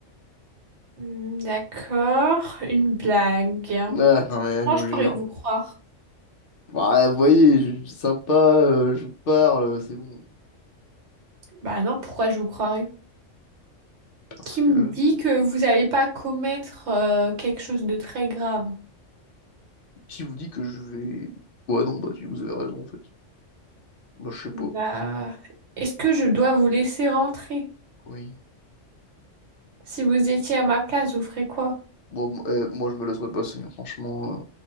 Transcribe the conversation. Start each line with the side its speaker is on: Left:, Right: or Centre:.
Right: Hmm, D'accord, une blague.
Left: Ah, non, mais là,
Right: Moi,
Left: je vous
Right: je
Left: le
Right: pourrais
Left: jure.
Right: vous croire.
Left: Bah, vous voyez, je je suis sympa, euh, je vous parle, c'est bon.
Right: Bah non, pourquoi je vous croirais?
Left: Parce
Right: Qui
Left: que
Right: me dit que vous n'allez pas commettre euh, quelque chose de très grave?
Left: qui vous dit que je vais... Ouais, non, bah si vous avez raison en fait. Bah je sais pas.
Right: Bah, est-ce que je dois vous laisser rentrer?
Left: Oui.
Right: Si vous étiez à ma place, vous ferez quoi?
Left: Bon, m- eh, moi je me laisserai passer, hein, franchement. euh.